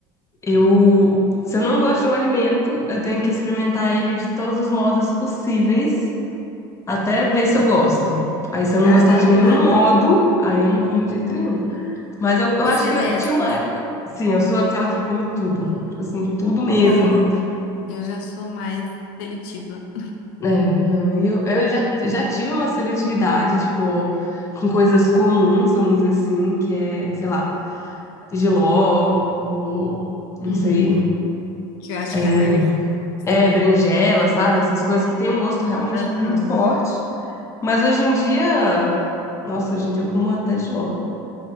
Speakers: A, on the left; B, on the left.
A: eu. Se eu não gosto de um alimento, eu tenho que experimentar ele de todos os modos possíveis até ver se eu gosto. Aí se eu
B: caramba.
A: não gostar de nenhum modo, aí eu não como de jeito nenhum. Mas eu, eu
B: Você
A: acho que
B: é dessas.
A: tinha uma. era- Sim, eu sou aquela que come tudo. Tipo Assim, tudo
B: Que
A: mesmo.
B: bom. Eu já sou mais seletiva.
A: É, não, e eu, eu já, já tive uma seletividade, tipo, com coisas comuns, vamos dizer assim, que é, sei lá, jiló, ou, não
B: Hum,
A: sei,
B: que eu acho
A: é,
B: que a maioria gosta,
A: é,
B: né?
A: berinjela, sabe? Essas coisas que têm um gosto realmente
B: Aham.
A: muito forte. Mas hoje em dia, nossa, hoje em dia eu como até jiló,